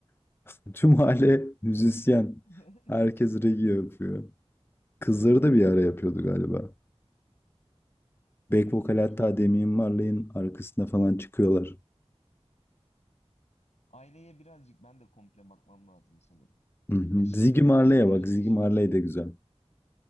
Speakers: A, on the left; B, on the left.
A: <laughs> tüm aile müzisyen.
B: <laughs>
A: Herkes regi yapıyor. Kızları da bir ara yapıyordu galiba. Back
B: Hmm,
A: vokal
B: bir
A: hatta Damian Marley'in arkasında falan çıkıyorlar.
B: aileye birazcık ben de komple bakmam lazım sanırım.
A: Hı hı.
B: Ya şey,
A: Ziggy Marley'e
B: mesela
A: bak.
B: reggae
A: Ziggy
B: şarkıları
A: Marley de güzel.